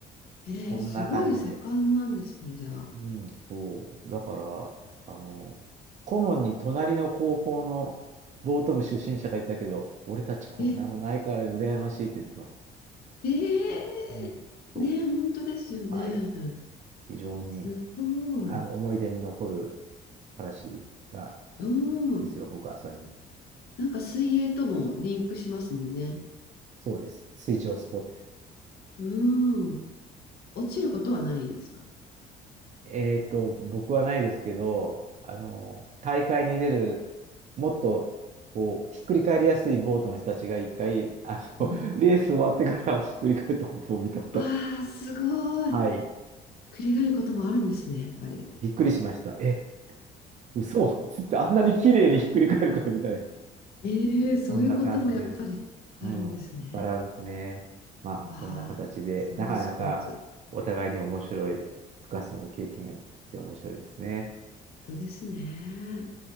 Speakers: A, on the left; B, on the right.
A: ええ、
B: そんな感じで。
A: すごい盛んなんですね、じゃあ。
B: うん、そう。だから、あの、顧問に隣の高校のボート部出身者がいたけど、俺たちこんなのないから羨ましいって言ってました。
A: え、ええねえ、
B: うん、そ
A: 本当ですよね。
B: う。はい。非常に、
A: すごい。
B: あの、思い出に残る話が、
A: う
B: ですよ。
A: ん。
B: 僕はそれに。
A: なんか水泳ともリンクしますもんね。
B: そうです。水上スポーツです。
A: うん。落ちることはないんですか
B: えっと、僕はないですけど、あの、大会に出る、もっと、こう、ひっくり返りやすいボートの人たちが一回、<laughs> あの、
A: おう。
B: <laughs> レース終わってからひっくり返ったことを見たことある。
A: わあ、すごい。
B: はい。
A: 繰り返ることもあるんですね、やっぱり。
B: びっくりしました。え、嘘つって <laughs> あんなに綺麗にひっくり返るかみたいな。
A: ええそういうこともやっぱりあるんですね。
B: こんな感じです。うん。バランスね。まあ、
A: わ
B: そんな形で、
A: あ、すごいスポーツ。
B: なかなかお互いに面白い、深さの経験が聞いて面白いですね。
A: 本当ですね。